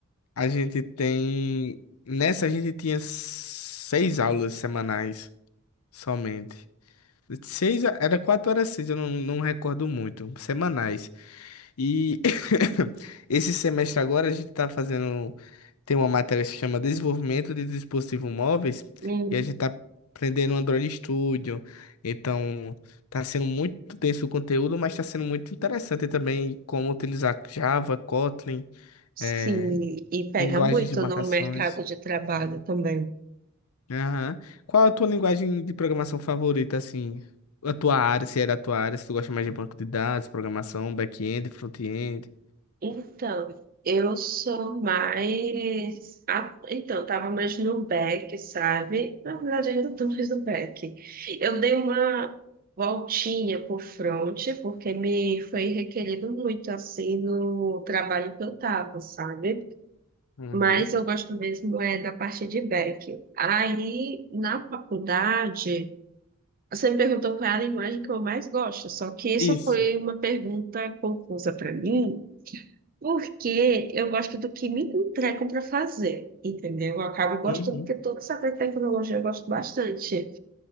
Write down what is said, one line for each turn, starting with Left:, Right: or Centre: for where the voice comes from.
Left: A gente tem. Nessa a gente tinha seis aulas semanais somente. Seis, a- era quatro horas seis, eu não, não recordo muito. Semanais. E <laughs> esse semestre agora a gente tá fazendo. Tem uma matéria que se chama Desenvolvimento de Dispositivos Móveis.
Right: Hum,
Left: E a gente tá aprendendo Android Studio. Então, tá sendo muito denso o conteúdo, mas tá sendo muito interessante também como utilizar Java, Kotlin.
Right: sim,
Left: eh,
Right: e pega
Left: Linguagens
Right: muito
Left: de marcações.
Right: no mercado de trabalho também.
Left: Aham. Qual a tua linguagem de programação favorita, assim? A tua área, se é da tua área, se tu gosta mais de banco de dados, programação, back-end, front-end.
Right: Então, eu sou mais. a- Então, tava mais no back, sabe? Na verdade, ainda tô mais no back. Eu dei uma voltinha por front, porque me foi requerido muito, assim, no trabalho que eu tava, sabe?
Left: Uhum.
Right: Mas eu gosto mesmo é da parte de back. Aí, na faculdade. Você me perguntou qual é a linguagem que eu mais gosto, só que isso
Left: Isso.
Right: foi uma pergunta confusa para mim, porque eu gosto do que me entregam para fazer, entendeu? Eu acabo
Left: Uhum.
Right: gostando, porque toda essa área de tecnologia eu gosto bastante.